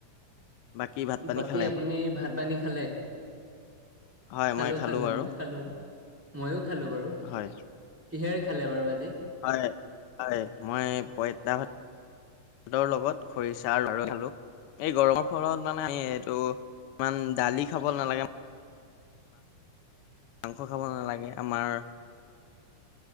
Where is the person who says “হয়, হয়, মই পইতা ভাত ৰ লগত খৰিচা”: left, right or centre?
Left